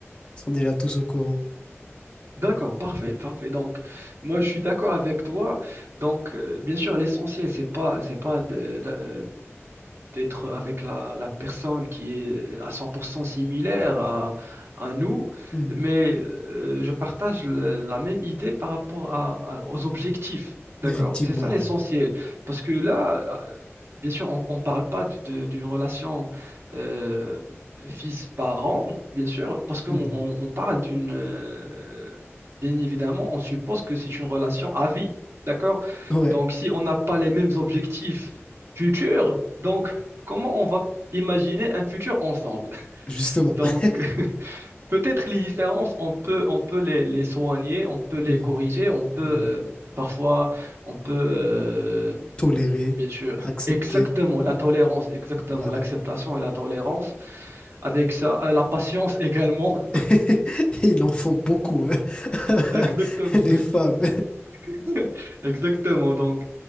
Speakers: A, on the left; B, on the right.
A: Ils sont déjà tous au courant.
B: D'accord, parfait, parfait. Donc, moi, je suis d'accord avec toi. Donc, euh, bien sûr, l'essentiel, c'est pas, c'est pas de d'être avec la, la personne qui est euh, à 100% similaire à, à nous,
A: Mhm.
B: mais euh, je partage le- la même idée par rapport à- à- aux objectifs. D'accord?
A: Effectivement,
B: C'est ça l'essentiel.
A: ouais.
B: Parce que là, euh, bien sûr, on ne parle pas de- de- d'une relation euh, fils-parent, bien sûr, parce qu'on
A: Mhm.
B: on- on parle d'une... euh, bien évidemment, on suppose que c'est une relation à vie. D'accord?
A: Ouais,
B: Donc, si on n'a pas les mêmes objectifs futurs, donc comment on va imaginer un futur ensemble.
A: justement.
B: <laughs> Donc,
A: <laughs>
B: <laughs> peut-être les différences, on peut, on peut les, les soigner, on peut les
A: Mhm.
B: corriger, on peut,
A: Mhm.
B: euh, parfois, on peut, euh,
A: Tolérer,
B: bien sûr,
A: accepter,
B: exactement, la tolérance, exactement,
A: voilà.
B: l'acceptation et la tolérance. Avec ça, euh, la patience également. <laughs>
A: <laughs> Il en faut beaucoup, hein.
B: Exactement.
A: <laughs> Les femmes.
B: <laughs> Exactement. Donc,